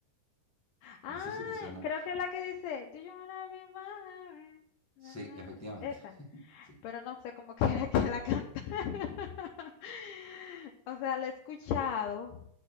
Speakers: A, on the left; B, on the left.
A: Ah,
B: No sé si te suena.
A: creo que es la que dice, Do you wanna be my lover? Na,
B: Sí,
A: na, na.
B: efectivamente.
A: Esa,
B: <laughs> Sí,
A: pero no sé cómo <laughs> que era que la canta. <laughs> O sea, la he escuchado,